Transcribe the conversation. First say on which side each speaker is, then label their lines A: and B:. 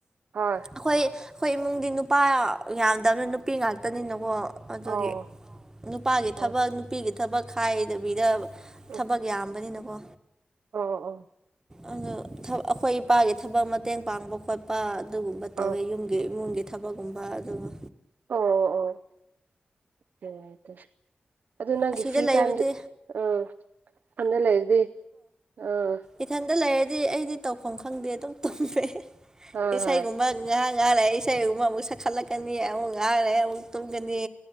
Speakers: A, on the right; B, on the right.
A: ꯍꯣꯏ
B: ꯑꯩꯈꯣꯏ ꯑꯩꯈꯣꯏ ꯏꯃꯨꯡꯗꯤ ꯅꯨꯄꯥ ꯌꯥꯝꯗꯕ ꯅꯨꯄꯤ ꯉꯥꯛꯇꯅꯤꯅꯀꯣ ꯑꯗꯨꯒꯤ
A: ꯑꯧ
B: ꯅꯨꯄꯥꯒꯤ
A: ꯑꯧ
B: ꯊꯕꯛ ꯅꯨꯄꯤꯒꯤ ꯊꯕꯛ ꯈꯥꯏꯗꯕꯤꯗ
A: ꯎꯝ
B: ꯊꯕꯛ ꯌꯥꯝꯕꯅꯤꯅꯀꯣ
A: ꯑꯣ ꯑꯣ
B: ꯑꯗꯨ ꯊꯥ ꯑꯩꯈꯣꯏ ꯏꯄꯥꯒꯤ ꯊꯕꯛ ꯃꯇꯦꯡ ꯄꯥꯡꯕ ꯈꯣꯠꯄ ꯄꯥ ꯑꯗꯨꯒꯨꯝꯕ ꯇꯧꯋꯦ
A: ꯑꯥ
B: ꯌꯨꯝꯒꯤ ꯏꯃꯨꯡꯒꯤ ꯊꯕꯛꯀꯨꯝꯕ ꯑꯗꯨꯒ
A: ꯑꯣ ꯑꯣ <unintelligible> ꯑꯗꯨ ꯅꯪꯒꯤ
B: ꯑꯁꯤꯗ
A: ꯐ꯭ꯔꯤ
B: ꯂꯩꯕꯗꯤ
A: ꯇꯥꯏꯝꯗ ꯑꯥ ꯅꯊꯟꯗ ꯂꯩꯔꯗꯤ ꯑꯥ
B: ꯏꯊꯟꯗ ꯂꯩꯔꯗꯤ ꯑꯩꯗꯤ ꯇꯧꯐꯝ ꯈꯪꯗꯦ ꯑꯗꯨꯝ ꯇꯨꯝꯃꯦ
A: ꯍꯣꯏ
B: ꯏꯁꯩꯒꯨꯝꯕ
A: ꯍꯣꯏ
B: ꯉꯥꯏꯍꯥꯛ ꯉꯥꯏꯍꯥꯛ ꯂꯩꯔ ꯏꯁꯩꯒꯨꯝꯕ ꯑꯃꯨꯛ ꯁꯛꯀꯠꯂꯛꯀꯅꯤ ꯑꯃꯨꯛ ꯉꯥꯏꯍꯥꯛ ꯂꯩꯔ ꯑꯃꯨꯛ ꯇꯨꯝꯒꯅꯤ